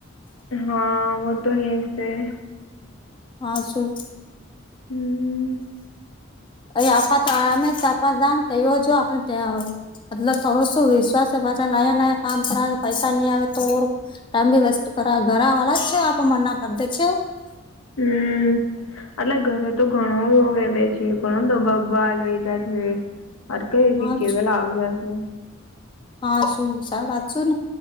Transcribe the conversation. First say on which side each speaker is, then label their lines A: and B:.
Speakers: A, on the left; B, on the left.
A: હા વ તો હે ફિર
B: હા શું?
A: હમ
B: અહી આપા તમે આપા દ કયો જો આપણે ત્યા મતલ થોડો શું વિશ્વાસ છે પાછા નાયા નાયા કામ કરાવ પૈસા નહી આવે તો ટાાઈમ ભી વેસ્ટ કરા ઘરા વળા છે આપ મર ના કર દે છે.
A: હમ એટલે ઘરે તો ઘણોવે કોણ તો બબાલ વેચા છે કઈ
B: હા
A: કેવાલ આવજ છે
B: હા શું સા વાચો અ